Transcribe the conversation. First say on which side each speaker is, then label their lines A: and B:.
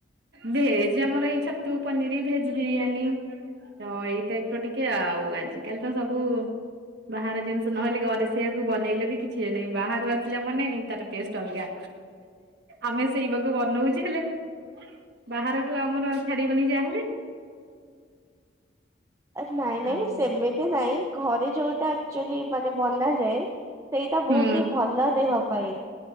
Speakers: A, on the right; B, on the right.
A: ଭେଜ ଆମର ଏଇ ଛତୁ ପନିରି ଭେଜ ବିରିୟାନୀ। ତ ଏଇ ଟାଇପ୍ ର ଟିକେ ଆଉ ଆଜିକାଲି ତ ସବୁ ବାହାର ଜିନିଷ ନହେଲେ ଘରେ ସେଆକୁ ବନେଇଲେ ବି କିଛି ଏଇନାହିଁ ବାହାରୁ ଆସିଲା ମାନେ ତାର ଟେଷ୍ଟ ଅଲଗା। ଆମେ ସେଇବାକୁ ବନଉଛେ ହେଲେ ବାହାରଠୁ ଆମର ଆଉ ଛାଡିବନି ଯାହାହେଲେ।
B: ଆରେ ନାଇଁ ନାଇଁ
A: ଆଉ
B: ସେମିତି ନାଇଁ ଘରେ ଯୋଉଟା ଆକକ୍ଚୋଲି ମାନେ ବନାଯାଏ ସେଇଟା
A: ହୁଁ
B: ବହୁତ ହି ଭଲ ଦେହ ପାଇଁ।